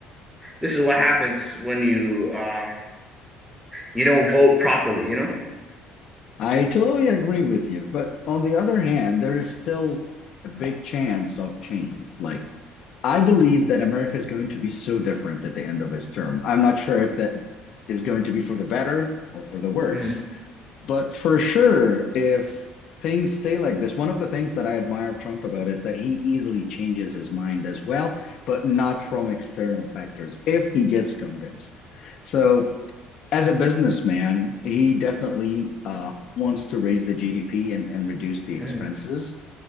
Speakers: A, in the centre; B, on the left.
A: this is what happens when you um you don't vote properly, you know?
B: I totally agree with you. But on the other hand, there is still a big chance of change. Like, I believe that America is going to be so different at the end of his term. I'm not sure if that is going to be for the better or for the worse.
A: Mm,
B: But for sure, if things stay like this, one of the things that I admire Trump about is that he easily changes his mind as well, but not from external factors if he gets convinced. So, as a businessman, he definitely uh, wants to raise the GDP and, and reduce the expenses
A: mm,